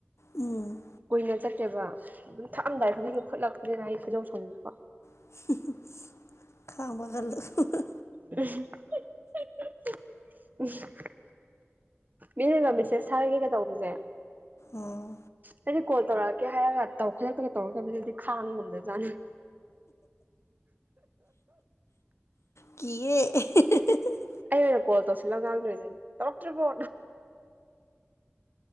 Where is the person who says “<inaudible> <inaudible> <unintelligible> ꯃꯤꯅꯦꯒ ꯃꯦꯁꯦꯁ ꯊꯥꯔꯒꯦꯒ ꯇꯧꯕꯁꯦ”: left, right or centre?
Right